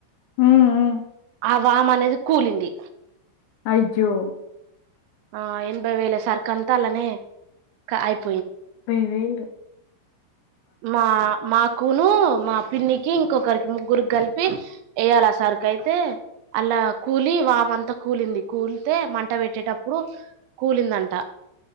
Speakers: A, on the left (about 80°); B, on the right (about 80°).
A: హ్మ్. హ్మ్.
B: ఆ వామ అనేది కూలింది
A: అయ్యో
B: ఆ ఎంభై వేళ సర్కంతలనే అయిపో
A: పైవేలు
B: మా మాక్ కూను మా పిన్నికి ఇంకొకరికి ముగ్గురికి కలిపి వేయాలి ఆ సరికి అయితే అలా కూలి వామ అంతా కూలింది కూలితే మంట పెట్టేటప్పుడు కూలిందంట